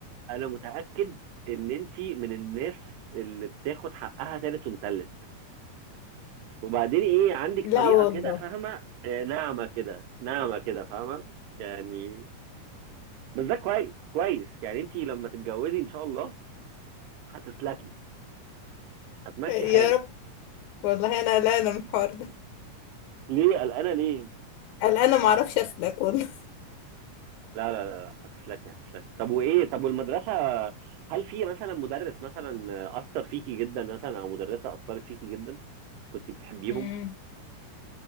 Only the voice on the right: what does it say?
انا متاكد ان انت من الناس اللي بتاخد حقها تالت ومتلت وبعدين ايه عندك
طريقه
كده فاهمه آه، ناعمه كده ناعمه كده فاهمه يعني بس ده كويس كويس يعني انت لما تتجوزي ان شاء الله هتسلكي هتمشي
حالك
ليه قلقانه ليه
لا لا لا لا، هتسلكي هتسلكي طب وايه طب والمدرسه هل في مثلا مدرس مثلا اثر فيكي جدا مثلا او مدرسه اثرت فيكي جدا كنت بتحبيهم